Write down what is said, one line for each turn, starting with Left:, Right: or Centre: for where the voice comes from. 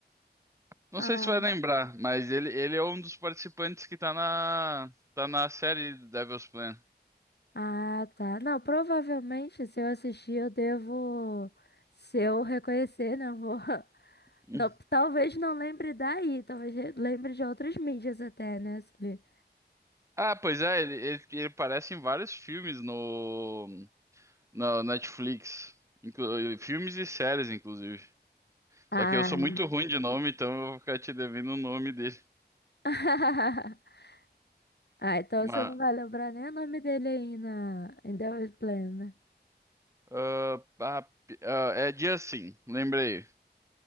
Right: Não
Left: Ah,
Right: sei se vai lembrar, mas ele, ele é um dos participantes que tá na, tá na série Devil's Plan.
Left: ah, tá. Não, provavelmente se eu assistir eu devo, se eu reconhecer, né? eu Vou <laughs>
Right: Hum.
Left: Não, talvez não lembre daí, talvez re- lembre de outras mídias até, né? Celi?
Right: Ah, pois é, ele, ele, ele aparece em vários filmes no, no Netflix. Inclu- filmes e séries, inclusive.
Left: Ah.
Right: Só que eu sou muito ruim de nome, então eu vou ficar te devendo o nome dele.
Left: <laughs> Ah, então
Right: Mas,
Left: você não vai lembrar nem o nome dele aí na em The Way Plan, né?
Right: ah, ah, ah, é dia sim, lembrei.